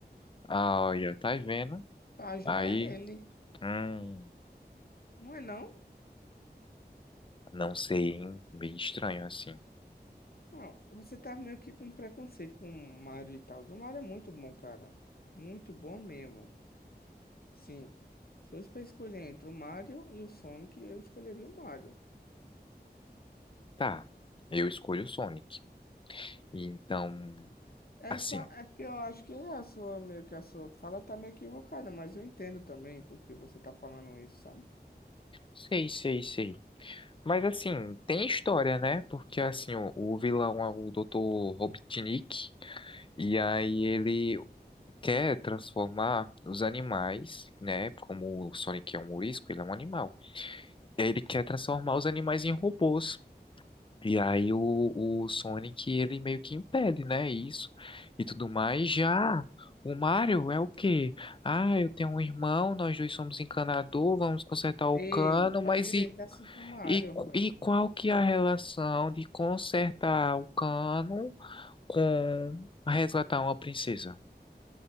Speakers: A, on the left; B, on the left.
A: Ah, olha, tá vendo?
B: pra ajudar
A: Aí,
B: ele.
A: hum,
B: Não é não?
A: não sei, hein? Meio estranho assim.
B: Não, você tá meio que com preconceito com o Mario e tal. O Mario é muito bom, cara. Muito bom mesmo. Sim. Se fosse pra escolher entre o Mario e o Sonic, eu escolheria o Mario.
A: Tá, eu escolho o Sonic. E Então,
B: É
A: assim,
B: só, é porque eu acho que é a sua meio que a sua fala tá meio equivocada, mas eu entendo também porque você tá falando isso, sabe?
A: sei, sei, sei. Mas assim, tem história, né? Porque assim, o, o vilão é o Dr. Robotnik. E aí ele quer transformar os animais, né? Como o Sonic é um morisco, ele é um animal. Ele quer transformar os animais em robôs. E aí o, o Sonic, ele meio que impede, né? Isso e tudo mais. Já o Mario é o quê? Ah, eu tenho um irmão, nós dois somos encanador, vamos consertar o
B: Ei,
A: cano, mas
B: fala direito
A: e,
B: é assim com o Mario,
A: e,
B: velho.
A: e qual que é a relação de consertar o cano com resgatar uma princesa?